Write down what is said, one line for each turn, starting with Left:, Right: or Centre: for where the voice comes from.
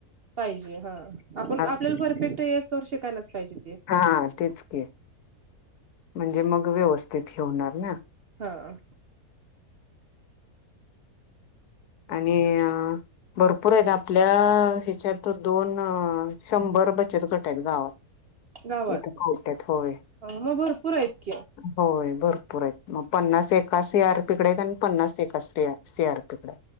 Right: पाहिजे हा आपण
Left: अस
Right: आपल्याला परफेक्ट येसतोवर शिकायलाच पाहिजे ते
Left: हा तेच के म्हणजे मग व्यवस्थित हे होणार ना
Right: अं
Left: आणि अ भरपूर आहेत आपल्या ह्याच्यात दोन शंभर बचत गट आहेत गावात
Right: गावात
Left: इथ कवट्यात होय
Right: हा मग भरपूर आहेत की
Left: होय भर पुर आहेत मग पन्नास एका सीआरपीकडे आहेत आणि पन्नास एका सीआरपीकडे